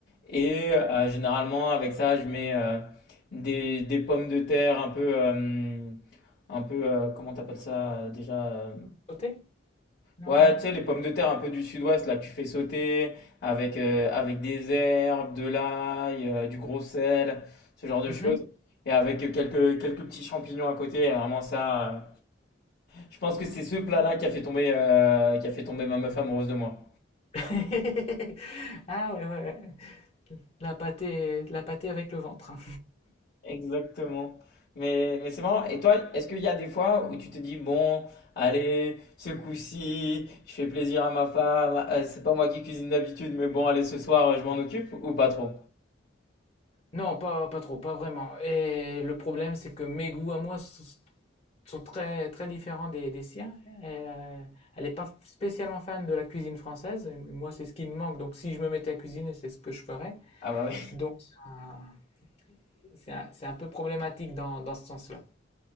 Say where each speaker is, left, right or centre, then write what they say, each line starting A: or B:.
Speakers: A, on the left; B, on the left.
A: Et euh, généralement, avec ça, je mets euh, des, des pommes de terre un peu, euh, un peu euh, comment t'appelles ça euh, déjà? euh,
B: Sauté? Non?
A: Ouais, tu sais, les pommes de terre un peu du sud-ouest, là, que tu fais sauter avec, euh, avec des herbes, de l'ail, euh, du gros sel, ce genre de
B: Mhm.
A: choses. Et avec quelques, quelques petits champignons à côté, euh, vraiment ça. euh, je pense que c'est ce plat-là qui a fait tomber, euh, qui a fait tomber ma meuf amoureuse de moi.
B: <laughs> Ah ouais, ouais. ouais. La pâtée, la pâtée avec le ventre. <laughs>
A: Exactement. Mais, mais c'est marrant. Et toi, est-ce qu'il y a des fois où tu te dis, bon, allez, ce coup-ci, je fais plaisir à ma femme, euh, c'est pas moi qui cuisine d'habitude, mais bon, allez, ce soir, je m'en occupe, ou pas trop?
B: Non, pas, pas trop, pas vraiment. Et le problème, c'est que mes goûts à moi s- sont très, très différents des, des siens. Elle, euh, elle n'est pas spécialement fan de la cuisine française. Et Moi, c'est ce qui me manque. Donc, si je me mettais à cuisiner, c'est ce que je ferais.
A: Ah bah oui,
B: Donc, c'est un, c'est un- c'est un peu problématique dans, dans ce sens-là.